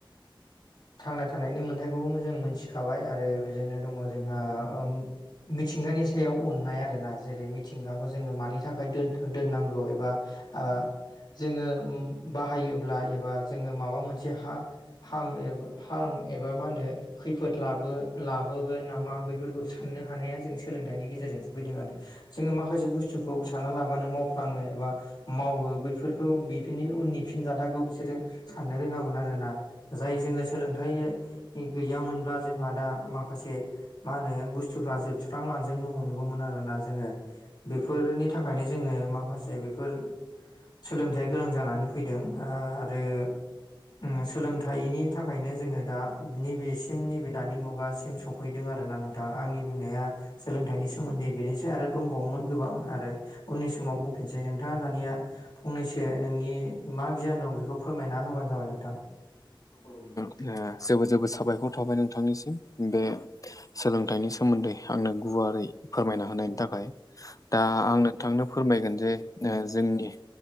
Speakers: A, on the left (about 60°); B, on the left (about 40°).
A: थांना थानायनि मोन्थायखौबो जों मोनथिखाबाय आरो बेजोंनो दङ जोंहा ओ मिथिंगानि सायाव अननाय आरोना जेरै मिथिंगाखौ जोङो मानि थाखाय दोन दोननांगौ एबा आं जोङो बाहायोब्ला एबा जोङो माबा मोनसे हा हाम एबा हार्म एबा मा होनो खैफोद लाबो लाबोगोन नामा बे फोरखौ साननो हानाया जों सोलोंथाइनि गेजेरजों फैदों आरो। जोङो माखासे बुस्थुखौ सानना लाबानो मावफ्लाङो एबा मावो बैफोरखौ बेफोरनि उननि फिनजाथाखौ बिसोरो साननो रोङामोन आरोना। जाय जोङो सोलोंथाइ गैयामोनब्ला जोंहा दा माखासे मा होनो बुस्थुफ्रा जोबस्रांलांजोबनो हमनगौमोन आरोोना जोङो, बेफोरनि थाखायनो जोङो माखासे बेफोर सोलोंथायाइया गोनां जानानै फैदों आरो उम सोलोंथाइनि थाखायनो जोङो दा नैबेसिम नैबे दानि मुगासिम सफैदों आरो। आरोना नोंथां आंनि बुंनाया सोलोंथाइनि सोमोन्दै बेनोसै आरो दंबावोमोन गोबां आरो उननि समाव बुंफिनसै। नोंथाङा दानिया फंनैसो नोंनि मा गियान दं बेखौ फोरमायना होबानो जाबाय नोंथां। औ।
B: जेबोर जेबोर साबायखर थाबाय नोंथांनिसिम बे सोलोंथाइनि सोमोन्दै आंनो गुवारै फोरमायना होनायनि थाखाय। दा आं नोंथांनो फोरमायगोन जे ओ जोंनि